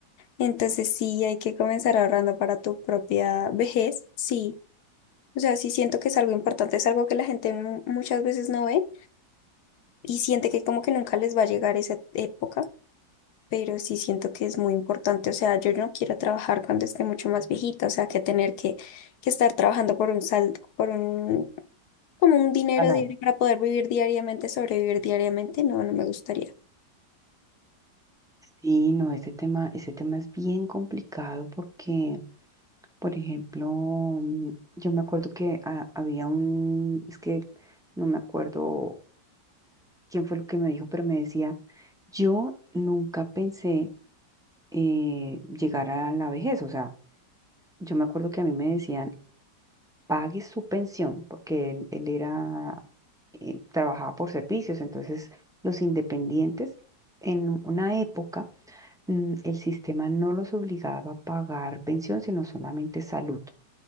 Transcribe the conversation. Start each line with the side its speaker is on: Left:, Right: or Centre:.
Left: Entonces sí, hay que comenzar ahorrando para tu propia vejez, sí. O sea, sí siento que es algo importante, es algo que la gente mu- muchas veces no ve y siente que como que nunca les va a llegar esa época, pero sí siento que es muy importante. O sea, yo no quiero trabajar cuando esté mucho más viejita, o sea, que tener que, que estar trabajando por un sal, por un, como un dinero
Centre: Claro.
Left: diario para poder vivir diariamente, sobrevivir diariamente, no, no me gustaría.
Centre: Sí, no, ese tema, ese tema es bien complicado porque, por ejemplo, mm, yo me acuerdo que ah, había un, es que no me acuerdo quién fue lo que me dijo, pero me decía, yo nunca pensé eh, llegar a la vejez. O sea, yo me acuerdo que a mí me decían, pague su pensión, porque él, él era, eh, trabajaba por servicios. Entonces, los independientes, en una época, mm, el sistema no los obligaba a pagar pensión, sino solamente salud.